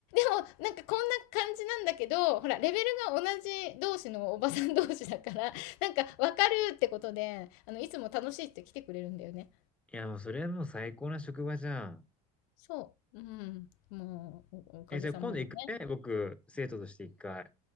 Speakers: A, on the left; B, in the centre.
A: もなんかこんな感じなんだけど、ほら、レベルが同じ同士のおばさん同士だから、<laughs> なんかわかるってことで、あの、いつも楽しいって来てくれるんだよね。
B: いや、もうそれはもう最高な職場じゃん。
A: そう。うん。もう、おおかげさまでね。
B: え、じゃあ今度行くね、僕、生徒として一回。う